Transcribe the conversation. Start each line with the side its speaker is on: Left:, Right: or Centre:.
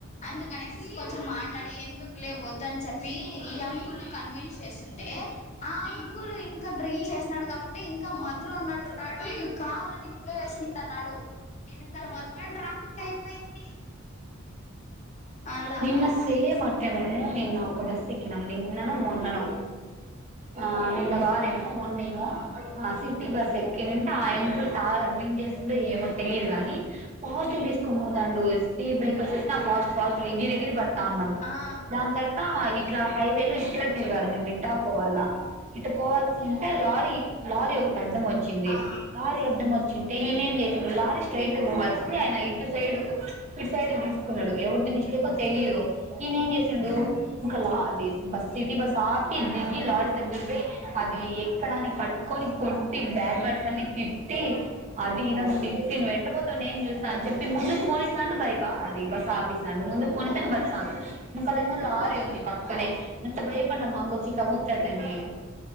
Left: ఎందుకు కనేసి కొంచెం మాట్లాడి ఎందుకులే వద్దని చెప్పి ఈ అంకులు కన్విన్స్ చేస్తుండే ఆ ఇంకులు ఇంకా డ్రింక్ చేసినడు కాబట్టి ఇంకా మత్తులో ఉన్నట్టున్నాడ్ ఆడు కావాలని గుడ చేసుకుంటున్నాడు ఎనకల మొత్తం ట్రాఫిక్ అయిపోయింది అలా
Right: నిన్న సేమ్ అటె మేము నిన్న ఒక బస్ ఎకినం నిన్ననో మొన్ననో ఆ నిన్న కాదేమో మొన్నేమో ఆ సిటీ బస్ ఎక్కి ఏనంటే ఆ అంకుల్ తాగడు డ్రింగ్ చేసిండో ఏమో తెలిదు కాని ఫాస్ట్ తీసుకొని పోతాండు స్టీర్ బేకర్స్ ఏసిన ఫాస్ట్ ఫాస్ట్ ఎగిర ఎగిరి పడతా ఉన్నాం
Left: ఆ
Right: దాని తర్వాత ఇద్ ఇట్లా హైవే లో ఇట్లా తిరగాలండి మిట్టా పోవాలా ఇటు పోవల్సి ఉంటే లా తీ లారీ ఒకటి అడ్డం వచ్చింది
Left: ఆ
Right: లారీ అడ్డం వచ్చింటే ఈయనం చేసిండు లారీ ఇటు పోవాల్సింది ఆయన ఇటు సైడ్ కు ఇటు సైడ్ తీసుకున్నాడు ఎవరిది మస్టేకో తెలియదు ఈయనం చేసిాండు ఇంకా లా బస్ ఇటి బస్ ఆపి దిగి లారీ దగ్గర పోయి ఆ అది ఎక్కడాని పట్టుకొని కొట్టి బ్యాడ్ పర్సన్ అన్ని తిట్టి అది ఇది అని తిట్టి ఎట్టబోతావ్ నేను చూస్తా అని చెప్పి ముందుకు పోనేసాండు బైక అది బస్ ఆపిసాండు ముందు పోనిస్తేబడుసా వెనకాలేమో లారీ ఉంది పక్కనే అంత భయపడిమ్మా మికొచ్చి తగులుతదని